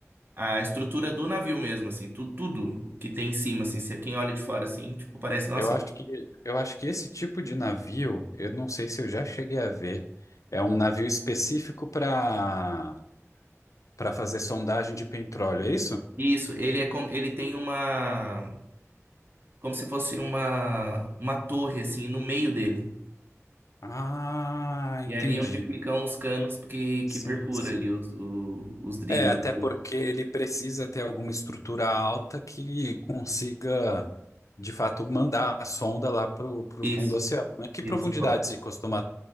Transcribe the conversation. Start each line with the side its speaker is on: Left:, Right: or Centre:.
Right: A estrutura do navio mesmo, assim, tudo, tudo o que tem em cima, assim, se quem olha de fora, assim, tipo, parece, nossa.
Left: Eu acho que, eu acho que esse tipo de navio, eu não sei se eu já cheguei a ver, é um navio específico para para fazer sondagem de petróleo, é isso?
Right: Isso, ele é como, ele tem uma, como se fosse uma, uma torre, assim, no meio dele.
Left: Ah, entendi.
Right: E é ali onde ficam os canos que, que
Left: Sim,
Right: perfura
Left: sim.
Right: ali os, o- os drillers.
Left: É, até porque ele precisa ter alguma estrutura alta que consiga, de fato, mandar a sonda lá pro, pro
Right: Isso,
Left: fundo do oceano, né? Que
Right: isso.
Left: profundidade se costuma,